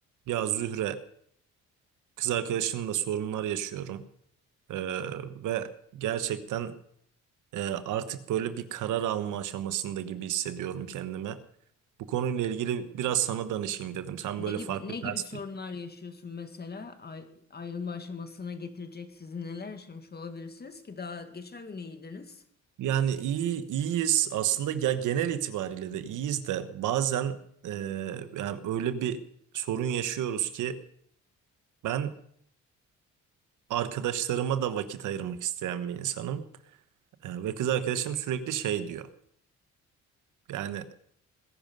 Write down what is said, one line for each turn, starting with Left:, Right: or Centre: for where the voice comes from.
Right: Ya Zühre, kız arkadaşımla sorunlar yaşıyorum Ee, ve gerçekten e, artık böyle bir karar alma aşamasında gibi hissediyorum kendime. Bu konuyla ilgili biraz sana danışayım dedim. Sen
Left: Ne
Right: böyle
Left: gibi
Right: farklı
Left: ne
Right: perspektif.
Left: gibi sorunlar yaşıyorsun mesela? Ay- ayrılma aşamasına getirecek sizi neler yaşamış olabilirsiniz ki daha geçen gün iyiydiniz.
Right: Yani iyi iyiyiz aslında ya genel itibariyle de iyiyiz de bazen e, yani öyle bir sorun yaşıyoruz ki ben arkadaşlarıma da vakit ayırmak isteyen bir insanım Ee, ve kız arkadaşım sürekli şey diyor. Yani